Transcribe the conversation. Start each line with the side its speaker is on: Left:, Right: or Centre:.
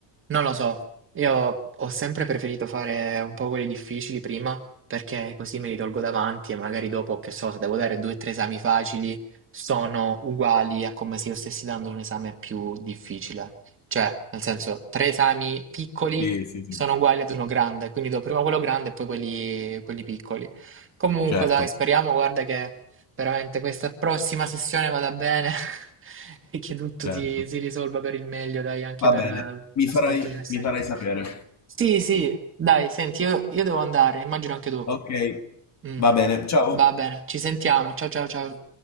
Right: non lo so, io ho sempre preferito fare un po' quelli difficili prima perché così me li tolgo davanti e magari dopo, che so, se devo dare due o tre esami facili sono uguali a come se io stessi dando un esame più difficile. Cioè, nel senso, tre esami piccoli
Left: Sì, sì, sì.
Right: sono uguali ad uno grande, quindi do prima quello grande e poi quelli quelli piccoli. Comunque,
Left: Certo.
Right: dai, speriamo, guarda che... Veramente questa prossima sessione vada bene <laughs> e che tutto
Left: Certo,
Right: si, si risolva per il meglio, dai, anche
Left: va
Right: per
Left: bene,
Right: eh,
Left: mi
Right: l'aspetto
Left: farai
Right: universitario.
Left: mi farai sapere.
Right: Sì, sì, dai, senti, io, io devo andare, immagino anche tu.
Left: Okay,
Right: Mm.
Left: va bene, ciao.
Right: Va bene, ci sentiamo. Ciao, ciao, ciao.